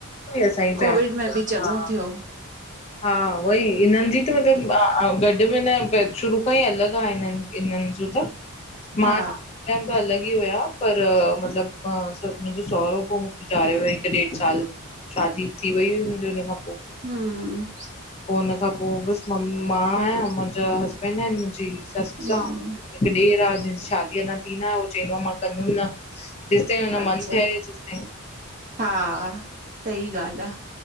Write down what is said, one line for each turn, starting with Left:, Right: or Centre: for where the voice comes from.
Left: हुई असांजी फैमिली
Right: कोविड में बि चङो
Left: हा
Right: थियो
Left: हा, उहोई हिननि जी त मतलब गॾ में न शुरू खां ई अलॻि हा हिननि, हिननि जो त
Right: हा
Left: मां सां टाइम त अलॻि ई हुया पर मतिलबु मुंहिंजो सहुरो पो गुज़ारे वेई त ॾेढ साल शादी थी वई हुई मुंहिंजे हुन खां पो
Right: हूं
Left: पो हुन खां पोइ बसि मां आहियां, मुंहिंजा हसबैंड आहिनि, मुंहिंजी ससु
Right: मम्मी
Left: आ हिकु ॾेर आ शादी अञा थी नाहे हो चवंदो आ मां कंदुमि न जेस ताई हुनो
Right: अच्छा
Left: मन थे तेस ताई
Right: हा सही ॻाल्हि आ,